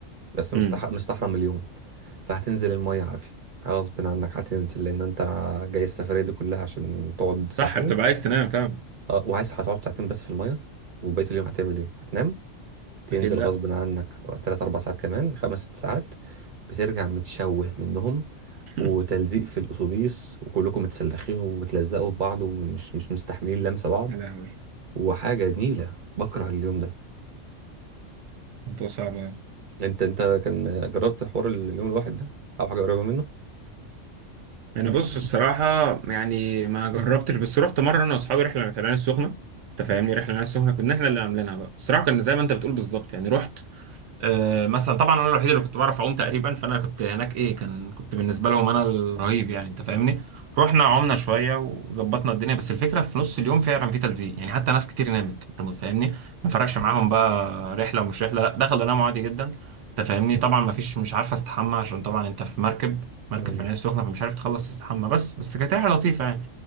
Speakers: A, on the right (about 45°); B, on the right (about 75°).
A: بس مستح...
B: امم
A: مستحرم اليوم فهتنزل المية عافية غصب عنك هتنزل لان انت جاي السفرية دي كلها عشان تقعد
B: صح
A: ساعتين
B: بتبقى عايز تنام فاهم
A: اه وعايز هتقعد ساعتين بس في المية وبقية اليوم هتعمل ايه هتنام تنزل
B: اكيد لا
A: غصب عنك تلات أربع ساعات كمان خمس ست ساعات بترجع متشوه منهم
B: <laughs>
A: وتلزيق في الأتوبيس وكلكم متسلخين وبتلزقوا في بعض ومش مش مستحملين لمسة بعض
B: يا لهوي
A: وحاجة نيلة بكره اليوم ده
B: الموضوع صعب
A: انت انت كان جربت حوار اليوم الواحد ده او حاجة قريبة منه
B: انا بص الصراحه يعني ما جربتش بس رحت مره انا واصحابي رحله العين السخنه انت فاهمني رحله العين السخنه كنا احنا اللي عاملينها بقى الصراحه كان زي ما انت بتقول بالظبط يعني رحت آه، مثلا طبعا انا الوحيد اللي كنت بعرف اعوم تقريبا فانا كنت هناك ايه كان كنت بالنسبه لهم انا الرهيب يعني انت فاهمني رحنا عمنا شويه وظبطنا الدنيا بس الفكره في نص اليوم فعلا في تلزيق يعني حتى ناس كتير نامت انت فاهمني ما فرقش معاهم بقى رحله ومش رحله لا دخلوا ناموا عادي جدا انت فاهمني طبعا ما فيش مش عارف استحمى عشان طبعا انت في مركب مركب
A: امم
B: في العين السخنه فمش عارف تخلص تستحمى بس بس كانت رحله لطيفه يعني